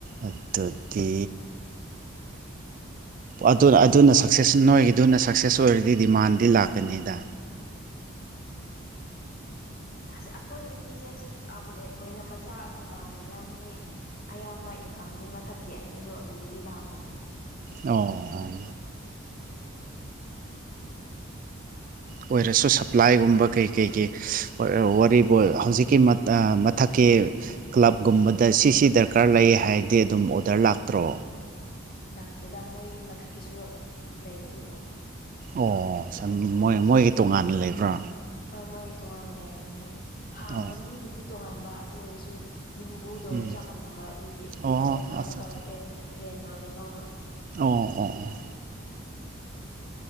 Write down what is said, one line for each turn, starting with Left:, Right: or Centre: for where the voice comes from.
Right: ꯑꯗꯨꯗꯤ ꯑꯗꯨꯅ ꯑꯗꯨꯅ ꯁꯛꯁꯦꯁ ꯅꯣꯏꯒꯤꯗꯨꯅ ꯁꯛꯁꯦꯁ ꯑꯣꯏꯔꯗꯤ ꯗꯤꯃꯥꯟꯗꯤ ꯂꯥꯛꯀꯅꯤꯗ
Left: ꯑꯁ ꯑꯩꯈꯣꯏꯒꯤꯗꯤ ꯖꯁ ꯑꯥꯎꯠꯂꯦꯠ ꯑꯣꯏꯅ ꯃꯆꯥꯥꯛ ꯑꯣꯏꯅ ꯇꯧꯔꯝꯅꯤꯗ ꯃꯤ ꯑꯌꯥꯝꯕ ꯏꯟꯀꯝꯗꯤ ꯃꯊꯛꯀꯤ ꯑꯅꯤꯗꯣ ꯑꯗꯨꯗꯒꯤ ꯂꯥꯛꯄꯅꯤ
Right: ꯑꯣ ꯑꯣ ꯑꯣꯏꯔꯁꯨ ꯁꯄ꯭ꯂꯥꯏꯒꯨꯝꯕ ꯀꯩ ꯀꯩ ꯒꯤ ꯋꯥꯔꯤꯕꯨ ꯍꯧꯖꯤꯛꯀꯤ ꯃ ꯑ ꯃꯊꯛꯀꯤ ꯀ꯭ꯂꯕꯒꯨꯝꯕꯗ ꯁꯤꯁꯤ ꯗꯔꯀꯥꯔ ꯂꯩ ꯍꯥꯏꯔꯗꯤ ꯑꯗꯨꯝ ꯑꯣꯗꯔ ꯂꯥꯛꯇ꯭ꯔꯣ
Left: ꯂꯥꯛꯇꯦꯗ ꯃꯣꯏꯒꯤ ꯃꯊꯛꯀꯤꯁꯨ ꯂꯩꯕꯗꯨꯕꯣ
Right: ꯑꯣ ꯁꯝ ꯃꯣꯏ ꯃꯣꯏꯒꯤ ꯇꯣꯉꯥꯟꯅ ꯂꯩꯕ꯭ꯔꯥ
Left: ꯍꯣꯏ ꯃꯣꯏꯒꯤ ꯇꯣꯉꯥꯟꯅ ꯂꯩꯕꯅꯦ ꯍꯣꯏ ꯍꯥꯡꯕ
Right: ꯑꯣ
Left: ꯃꯤꯗꯨꯗꯤ ꯇꯣꯉꯥꯟꯕ ꯑꯗꯨ ꯑꯣꯏꯔꯁꯨ ꯌꯨꯝꯕꯨ ꯗꯣ
Right: ꯎꯝ
Left: ꯆꯞ ꯃꯥꯟꯅꯕ ꯑꯗꯨꯒꯤ
Right: ꯑꯣ
Left: ꯃꯣꯏꯅ ꯑꯃꯨꯛꯀ
Right: ꯑꯠꯆꯥ ꯑꯠꯆꯥ
Left: ꯔꯦꯟ ꯔꯦꯟ ꯑꯣꯏꯅ ꯂꯧꯕ
Right: ꯑꯣ ꯑꯣ ꯑꯣ